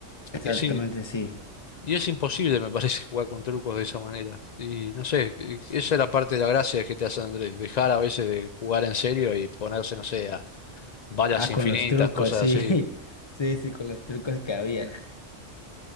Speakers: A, on the left; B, on the left.
A: exactamente,
B: Y es, i-
A: sí.
B: y es imposible, me parece, <laughs> jugar con trucos de esa manera. Y no sé, e- esa es la parte de la gracia que te hace Andrés. Dejar a veces de jugar en serio y ponerse, no sé, a balas
A: Ah,
B: infinitas,
A: con los trucos,
B: cosas
A: sí,
B: así.
A: <laughs> sí, sí, con los trucos que habían.